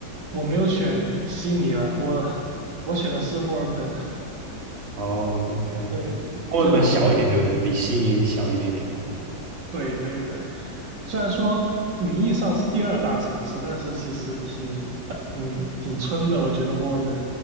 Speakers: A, on the right; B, on the right.
A: 我没有选悉尼了，我我选的是墨尔本。<laughs>
B: 哦，OK，
A: 对，
B: 墨尔本小一点对不对？
A: 就我，
B: 比悉尼小一点点。
A: 对对对，虽然说名义上是第二大城市，但是其实挺挺挺村的，我觉得墨尔本。